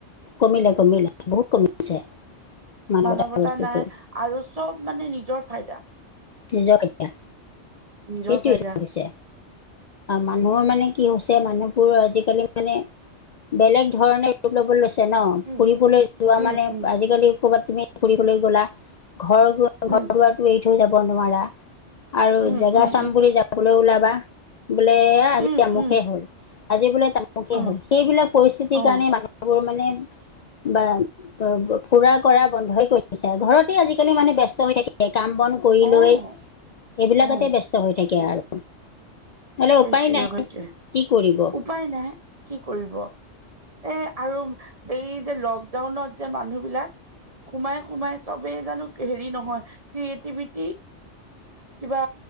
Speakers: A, on the left; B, on the right.
A: কমিলে-কমিলে, বহুত কমিছে মানৱত
B: মানৱতা
A: বস্তুটো।
B: নাই আৰু চব মানে নিজৰ ফাইদা।
A: নিজৰ <unintelligible>
B: নিজৰ
A: সেইটোৱেটো
B: ফাইদা
A: হৈছে। মানুহৰ মানে কি হৈছে মানুহবোৰ আজিকালি মানে বেলেগ ধৰণে লব লৈছে ন?
B: উম
A: ফুৰিবলৈ যোৱা
B: উম
A: মানে
B: উম
A: আজিকালি ক'ৰবাত তুমি ফুৰিবলৈ গলা, ঘৰ-ঘৰ
B: উম
A: দুৱাৰটো এৰি থৈ যাব নোৱাৰা। আৰু
B: উম
A: জেগা
B: উম
A: চাম বুলি যাবলৈ ওলাবা, বোলে আজি
B: উম
A: আমুকে
B: উম উম
A: হ'ল। আজি বোলে তামুকে
B: অ
A: হল। সেইবিলাক পৰিস্থিতিৰ
B: অ
A: কাৰণে মানুহবোৰ মানে বা ত ফুৰা কৰা বন্ধই কৰি দিছে। ঘৰতে আজিকালি মানে ব্যস্ত হৈ থাকে। কাম বন কৰি
B: অ
A: লৈ এইবিলাকতে
B: অ
A: ব্যস্ত হৈ থাকে আৰু। নহ'লে
B: সেইটোৱে-সেইটোৱে,
A: উপায় নাই কি কৰিব
B: উপায় নাই, কি কৰিব? এ আৰু এই যে লকডাউনত যে মানুহ বিলাক সোমাই-সোমাই চবেই জানো হেৰি নহয়, ক্ৰিয়েটিভিটি কিবা